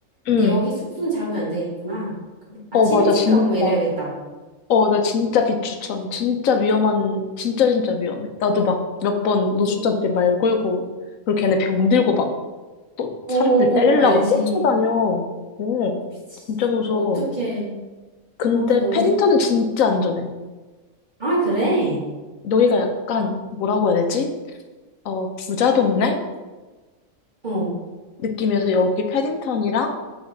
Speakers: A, on the left; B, on the right.
A: 응.
B: 근데 여기 숙소는 잡으면 안 되겠구나. 아침
A: 어, 맞아.
B: 일찍
A: 진짜.
B: 가고 막 이래야겠다.
A: 어, 나 진짜 비추천. 진짜 위험한, 진짜 진짜 위험해. 나도 막 몇
B: 어,
A: 번 노숙자들이 말 걸고, 그리고 걔네 병 들고 막 또
B: 어,
A: 사람들 때리려고
B: 어, 알지.
A: 쫓아다녀. 어,
B: 미치.
A: 진짜 무서워.
B: 어떡해.
A: 근데
B: 어, 너무
A: 패딩턴은 진짜 안전해.
B: 아, 그래?
A: 여기가 약간, 뭐라고 해야 되지? 어, 부자 동네?
B: 어,
A: 느낌이어서 여기 패딩턴이랑